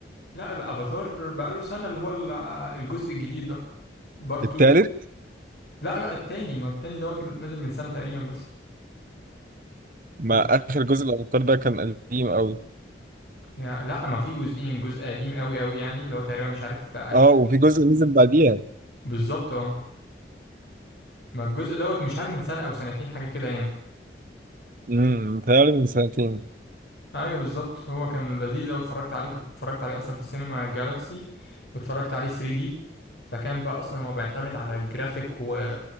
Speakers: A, on the left; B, on the right.
A: لا بقى افاتار بقاله سنه اللي هو ال- آه، الجزء الجديد ده بارت
B: التالت
A: 2 لا لا التاني ما التاني دوت نازل من سنه تقريبا بس
B: ما
A: كنت
B: اخر جزء الابطال ده كان قديم قوي
A: يا لا ما في جزئين جزء قديم قوي قوي يعني اللي هو تقريبا مش عارف ألف
B: اه وفي جزء نزل بعديها
A: بالظبط اه ما الجزء دوت مش عارف من سنة أو سنتين حاجة كده يعني
B: امم متهيألي من سنتين
A: أيوه بالظبط هو كان لذيذ أوي اتفرجت عليه كنت اتفرجت عليه أصلا في السينما جالاكسي واتفرجت عليه 3D فكان بقى أصلا هو بيعتمد على الجرافيك و...